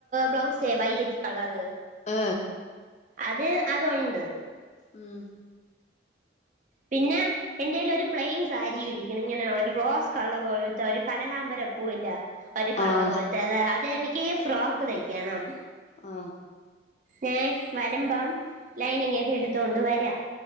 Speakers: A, on the right; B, on the left.
A: ബ്ലൗസേ വൈലറ്റ് കളറ്
B: ആ
A: അത് അതുണ്ട്
B: ഉം
A: പിന്നെ എന്റെൽ ഒരു പ്ലെയിൻ സാരിയും ഇരിക്കണ് ഇങ്ങനെ ഒരു റോസ് കളർ പോലത്തെ ഒരു കനകാമ്പരപ്പൂവിന്റെ ഒരു കളറ്
B: ആഹ്
A: പോലത്തെ അത് അതെനിക്ക് നിക്ക് ഫ്രോക്ക് തയ്ക്കണം
B: ആ
A: ഞാൻ വരുമ്പം ലൈനിങ് ഒക്കെ എടുത്തോണ്ട് വരാം